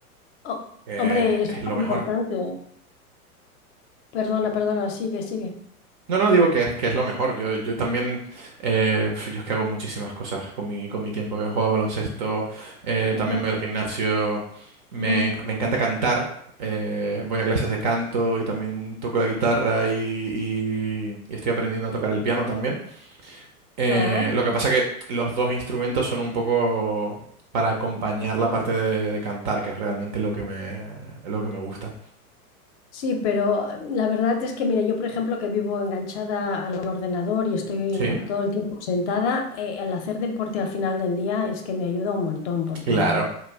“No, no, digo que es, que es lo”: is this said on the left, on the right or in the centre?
Right